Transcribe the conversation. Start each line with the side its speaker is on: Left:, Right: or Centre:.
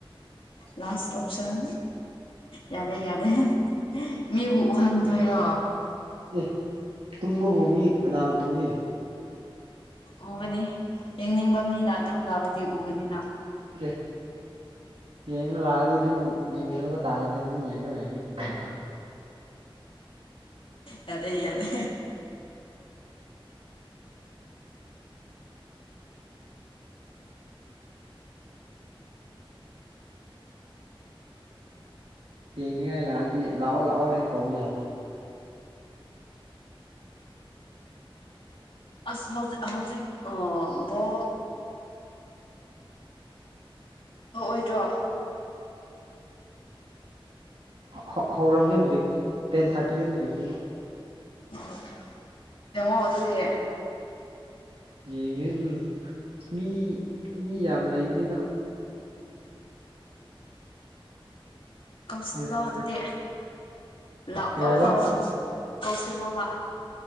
Left: ꯂꯥꯁ ꯑꯣꯞꯁꯟ ꯌꯥꯗꯦ ꯌꯥꯗꯦ ꯃꯤꯕꯨ ꯎꯍꯟꯗꯣꯏꯔꯣ
Right: ꯑꯦ ꯇꯨꯝꯃꯕꯨ ꯃꯤ ꯀꯅꯥꯅ ꯎꯅꯤ
Left: ꯎꯒꯅꯤ ꯌꯦꯡꯅꯤꯡꯕ ꯃꯤꯅ ꯑꯗꯨꯝ ꯂꯥꯛꯑꯗꯤ ꯎꯒꯅꯤꯅ
Right: ꯌꯦꯦ ꯌꯦꯡꯉ ꯂꯥꯛꯑꯗꯤ ꯑꯗꯨꯝ ꯌꯦꯡꯃꯤꯟꯅꯕ ꯇꯥꯔꯅꯦ ꯑꯗꯨꯝ ꯌꯦꯡꯉ ꯂꯩꯔꯒꯦ ꯀꯩꯅꯣ
Left: ꯌꯥꯗꯦ ꯌꯥꯗꯦ
Right: ꯍꯡꯅꯤꯡꯉꯥꯏ ꯂꯥꯛꯑꯗꯤ ꯂꯥꯛꯑꯣ ꯂꯥꯛꯑꯣ ꯍꯌꯦꯡ ꯀꯧꯕ ꯌꯥꯗ꯭ꯔꯣ
Left: ꯑꯁ ꯍꯧꯖꯤꯛ ꯍꯧꯖꯤꯛ ꯑ ꯣ ꯍ ꯑꯣꯏꯗ꯭ꯔꯣ
Right: ꯑꯣ ꯍꯧꯔꯝꯅꯤ ꯍꯧꯖꯤꯛꯇꯤ ꯇꯦꯟ ꯊꯥꯔꯇꯤꯗ ꯂꯩꯕꯅꯦꯅ
Left: ꯑꯣ ꯌꯦꯡꯉꯣ ꯑꯗꯨꯗꯤ
Right: ꯌꯦꯡꯉꯦ ꯎꯝ ꯑ ꯃꯤ ꯃꯤ ꯌꯥꯝ ꯂꯩꯕꯅꯤꯅ
Left: ꯀꯧꯁꯤꯜꯂꯣ
Right: ꯍꯣꯔꯦꯟ
Left: ꯑꯗꯨꯗꯤ ꯂꯥꯛꯑꯣ
Right: ꯀꯩ ꯍꯥꯏꯕ
Left: ꯑ ꯀꯧꯁꯤꯜꯂꯣꯧꯕ